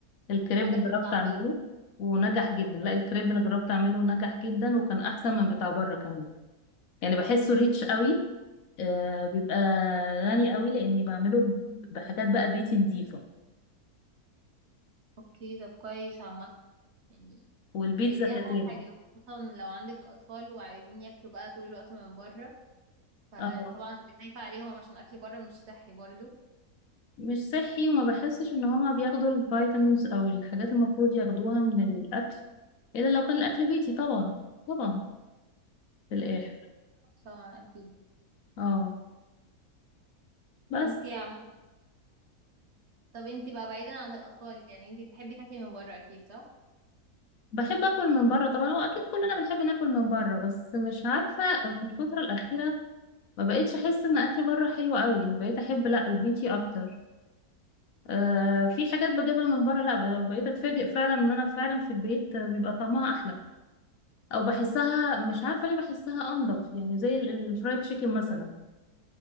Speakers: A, on the left; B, on the right.
A: الكريب
B: الحاجات
A: جربت
B: الصعبة
A: اعمله
B: دي
A: ونجح جدا لا الكريب انا جربت اعمله ونجح جدا وكان احسن من بتاع بره كمان يعني بحسه ريتش قوي آه بيبقى غني قوي لاني بعمله بحاجات بقى بيتي نظيفه
B: أوكي طب كويس عامة يعني
A: والبيتزا
B: هي دي
A: كذلك
B: أحلى حاجة خصوصا لو عندك أطفال وعايزين ياكلوا بقى طول الوقت من بره فطبعا
A: اه
B: هتبقي خايفة عليهم عشان أكل بره مش صحي برضو
A: مش صحي وما بحسش ان هما بياخدوا الفيتامينز او الحاجات المفروض ياخدوها من الاكل الا لو كان الاكل بيتي طبعا طبعا في الاخر
B: طبعا أكيد
A: اه بس
B: انتي عامة طب انتي بقى بعيدا عن الأطفال يعني انتي بتحبي تاكلي من بره أكيد صح؟
A: بحب اكل من بره طبعا هو اكيد كلنا بنحب ناكل من بره بس مش عارفه في الفتره الاخيره ما بقيتش احس ان اكل بره حلو قوي يعني بقيت احب لا البيتي اكتر آه في حاجات بجيبها من بره لا ب- بقيت اتفاجئ فعلا ان انا فعلا في البيت بيبقى طعمها احلى او بحسها مش عارفه ليه بحسها انضف يعني زي ال- الفرايد تشيكن مثلا